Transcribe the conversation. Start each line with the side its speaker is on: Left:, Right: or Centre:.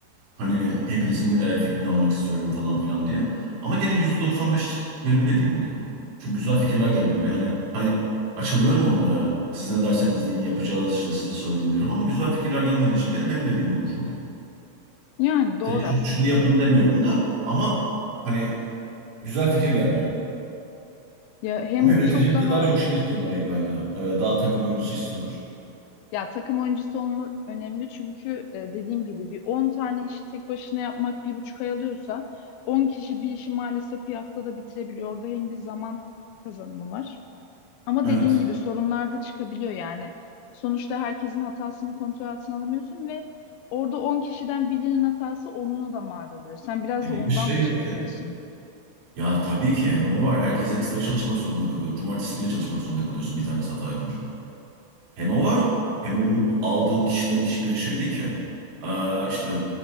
Right: Hani hepinizin e, fikrini almak istiyorum falan filan diye. Ama gene %95 benim dediğim oluyor. Çünkü güzel fikirler gelmiyor. Yani hani açılıyorum onlara. Siz ne derseniz deyin yapacağız işte size söyleyin diyorum. Ama güzel fikirler gelmediği için gene benim dediğim olmuş oluyor.
Left: Yani doğru
Right: Direkt
Left: aslında.
Right: şunu, şunu yapın demiyorum da ama hani güzel fikir gelmiyor.
Left: Ya hem
Right: Ama yöneticilikte
Left: bu çok daha
Right: daha çok şey istiyorlar İlayda. Ee, Daha takım oyuncusu istiyorlar.
Left: Ya takım oyuncusu olma önemli çünkü e, dediğim gibi bir 10 tane işi tek başına yapmak bir buçuk ay alıyorsa 10 kişi bir işi maalesef bir haftada bitirebiliyor. Orada hem bir zaman kazanımı var. Ama
Right: Evet.
Left: dediğin gibi sorunlar da çıkabiliyor yani. Sonuçta herkesin hatasını kontrol altına alamıyorsun ve orada 10 kişiden birinin hatası onuna da mal oluyor. Sen biraz
Right: E
Left: da
Right: bir
Left: ondan
Right: de şey
Left: mı
Right: yok
Left: çekiniyorsun?
Right: ya. Ya tabii ki hem o var. Herkes ekstra çalışmak zorunda kalıyor. Cumartesi bile çalışmak zorunda kalıyorsun bir tanesi hata yapınca. Hem o var hem de bu aldığın kişilerin hiçbiri şey değil ki. Aa, işte